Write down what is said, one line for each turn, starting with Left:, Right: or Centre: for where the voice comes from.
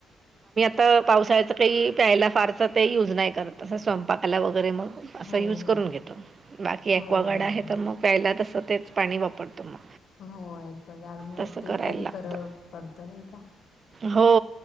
Right: तर पावसाळचं काही प्यायला फारचं ते यूज नाही करत असं स्वयंपाकाला वगैरे मग असं
Left: हो हो.
Right: यूज करून घेतो बाकी ॲक्वागार्ड
Left: हो बरोबर.
Right: आहे तर मग प्यायला तसं तेच पाणी वापरतो मग.
Left: हो ऍकवागार्डमुळे
Right: तसं
Left: ते
Right: करायला
Left: तरी
Right: लागतं
Left: बर पडतं नाही का
Right: हो